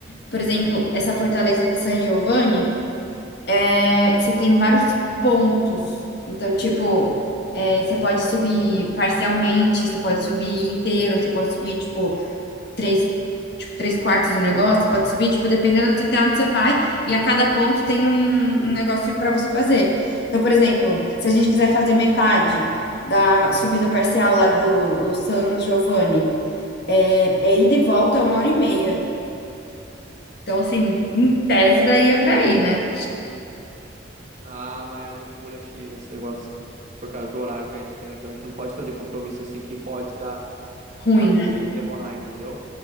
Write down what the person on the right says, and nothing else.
E-
Ah, mas é loucura, China, esse negócio. Por causa do horário que a gente tem. Então a gente não pode fazer compromisso assim que pode dar,
dar ruim
e demorar, entendeu?